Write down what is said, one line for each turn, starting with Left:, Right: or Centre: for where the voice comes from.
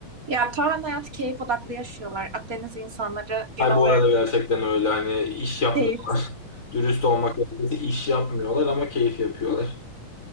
Right: Ya tamamen hayatı keyif odaklı yaşıyorlar. Akdeniz insanları genel
Left: Hay bu
Right: olarak
Left: arada gerçekten öyle. Hani iş yapmıyorlar.
Right: keyif.
Left: <laughs> Dürüst olmak gerekirse iş yapmıyorlar ama keyif yapıyorlar.